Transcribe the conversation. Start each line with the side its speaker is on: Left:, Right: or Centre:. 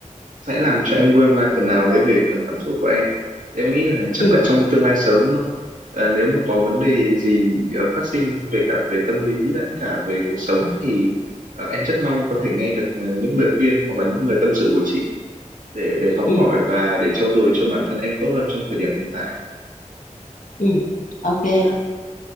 Right: sẽ làm cho em nguôi ngoai phần nào đấy về phần cảm xúc của em Thì em nghĩ là chắc
Left: ừ
Right: là trong tương lai sớm thôi à, nếu mà có vấn đề gì ờ, phát sinh về cả về tâm lý lẫn cả về cuộc sống thì ờ, em rất mong có thể nghe được ờ, những lời khuyên hoặc là những lời tâm sự của chị để để học
Left: ừ
Right: hỏi và để trau dồi cho bản thân em tốt hơn trong thời điểm hiện tại
Left: ừ Ok.
Right: dạ